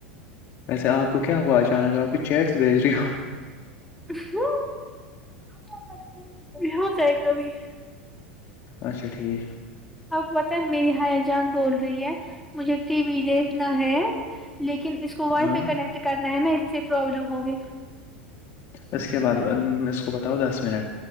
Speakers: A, on the left; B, in the centre.
A: ویسے آپ کو کیا ہوا اچانک آپ کی چیٹس بھیج رہی ہو
B: <unintelligible>
A: اچھا ٹھیک
B: آپ کو بتائ میری ہیا جان بول رہی ہے مجھے ٹی وی دیکھنا ہے لیکن اس کو وائی
A: ہاں
B: فائی کنیکٹ کرنا ہے نا اس سے پروابلم ہوگے
A: اس کے بعد اس کو بتاؤ دس منٹ